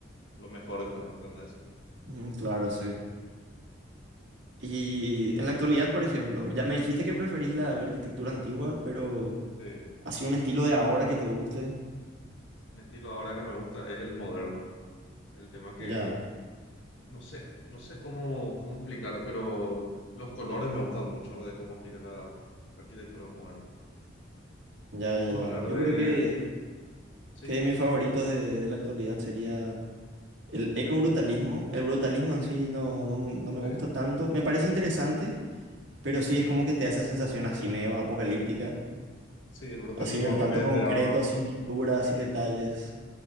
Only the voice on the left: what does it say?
lo mejor, ¿entendés?
Y...
Sí.
sí.
Un estilo ahora que me gusta es el moderno. El tema que
no sé, no sé cómo, cómo explicar, pero los colores me gustan mucho de cómo aplica la, la arquitectura moderna.
Vamos
a hablar
de,
de- sí,
sí,
sí, el brutalismo
a mí
me,
me da,